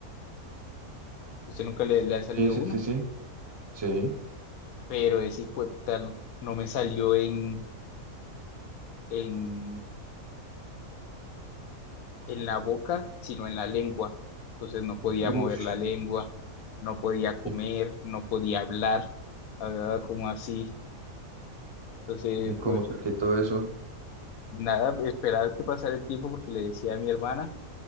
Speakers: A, on the left; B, on the right.
A: ¿Usted nunca le, le ha salido
B: Sí, sí,
A: una?
B: sí, sí. Sí.
A: pero ese hijo de puta no, no me salió en, en, en la boca, sino en la lengua. Entonces no podía mover
B: Ush,
A: la lengua, no podía comer,
B: y,
A: no podía hablar, hablaba como así. Entonces,
B: y cómo
A: uf,
B: se quitó eso.
A: nada, esperaba que pasara el tiempo porque le decía a mi hermana